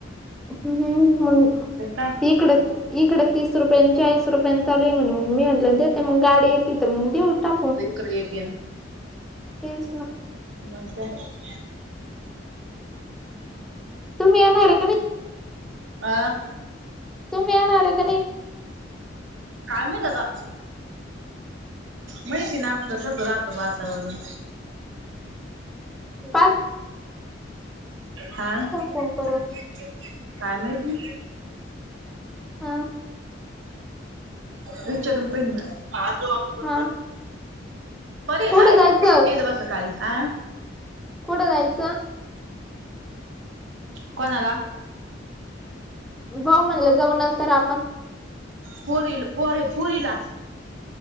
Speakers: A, in the centre; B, on the right (about 85°).
A: हम्म हम्म मंग
B: काय
A: इकडच़ इकडं तीस रुपयांन चाळीस रुपयां चालू आहेमणे, म मी आणलं. देते मग गाडी येते तर मग देऊ टाकू,,,
B: इकडे येते
A: तेच ना.
B: मग काय नवीन?
A: तुम्ही येणारे
B: आ
A: तुम्ही येणारे का नाही?
B: काय माहीत आता. माहिती ना आपलं कसं राहतं वातावरण
A: पात
B: हां
A: फोन करून
B: काय माहिती!
A: हां.
B: विचारून पाहीन ना, आज जाऊ आपण नंतर.
A: हा
B: परी
A: कुठं
B: आय
A: जायचं
B: इथं बसा खाली आं
A: कुठं जायचं?
B: कोणाला?
A: भाऊ म्हणले जाऊ नंतर आपण.
B: पुरील पोरं पुरीला